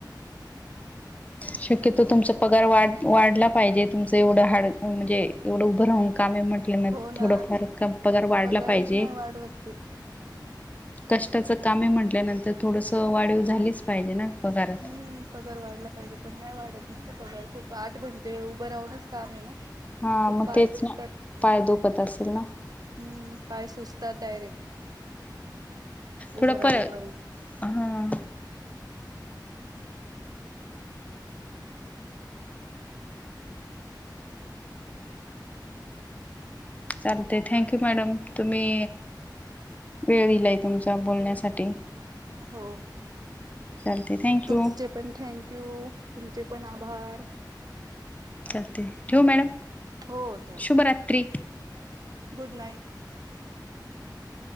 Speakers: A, on the left; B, on the right.
A: ह <unintelligible> शक्यतो तुमचा पगार वाढ-वाढला पाहिजे. तुमचं एवढं हाड म्हणजे एवढं उभं राहून कामे म्हण त्येनं
B: हो ना
A: थोडफार पगार वाढला
B: पगारच
A: पाहिजे.
B: नाही वाढवत ते
A: कष्टाच कामे म्हटल्यानंतर थोडस वाढीव झालीच. पाहिजे ना. पगारात
B: हम्म पगार वाढला पाहिजे. पण नाही वाढत ना. खूप आठ घंटे उभं राहूनच काम आहे ना.
A: हा
B: खूप
A: मग
B: पाय
A: तेच
B: दुखतात.
A: ना
B: हम्म
A: पाय दुखत असेल ना
B: पाय सुचतात. तात डायरेक्ट.
A: थोडं
B: उभं
A: पाय
B: राहून राहून
A: हा. चालते. थँक यू मॅडम तुम्ही वेळ दिलाय तुमचा बोलण्यासाठी.
B: हो.
A: चालते थँक्यू
B: तुमचे पण थँक यू. तुमचे पण आभार.
A: चालते ठेऊ मॅडम
B: हो ठेवा
A: शुभरात्री.
B: Good night.